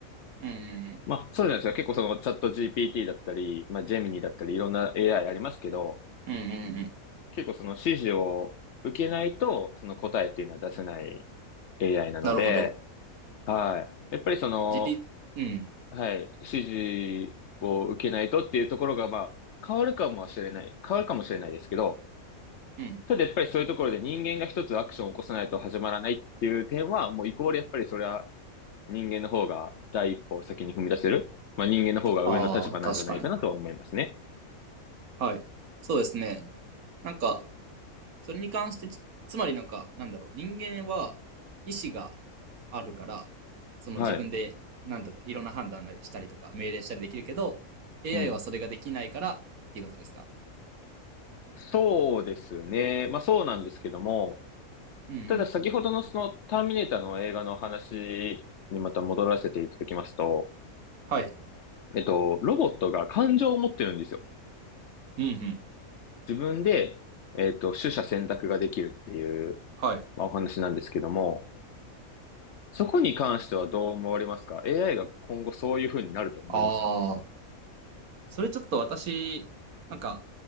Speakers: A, on the right; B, on the left.
A: うんうん
B: まあ、そうじゃないですか。結構そのチャット GPT だったり、まあ、ジェミニだったり、いろんな AI ありますけど、
A: うん。うんうんうん。
B: 結構その指示を受けないと、その答えっていうのは出せない AI なので、
A: なるほど。
B: はい。やっぱりその、
A: 自立、うん。
B: はい、指示を受けないとっていうところが、まあ、変わるかもしれない。変わるかもしれないですけど、
A: うん。
B: ただやっぱりそういうところで人間が一つアクションを起こさないと始まらないっていう点は、もうイコールやっぱりそれは人間の方が第一歩を先に踏み出せる。まあ人間の方が上の立場なんじゃないかなとは思いますね。
A: ああ、確かに。はい。そうですね。なんか、それに関してつ、つまりなんか、なんだろう、人間は意志があるから、その自分でなんとかいろんな判断がしたりとか、
B: はい。
A: 命令したりできるけど、AI
B: うん。
A: はそれができないからっていうことですか
B: そうですね。まあそうなんですけども、
A: うんうん。
B: ただ先ほどのそのターミネーターの映画の話にまた戻らせていただきますと、
A: はい。
B: えっと、ロボットが感情を持ってるんですよ。
A: うんうん。
B: 自分で、えっと、取捨選択ができるっていう、
A: はい。
B: まあ、お話なんですけども、そこに関してはどう思われますか ?AI が今後そういう風になると思いますか
A: ああ、それちょっと私、なんか、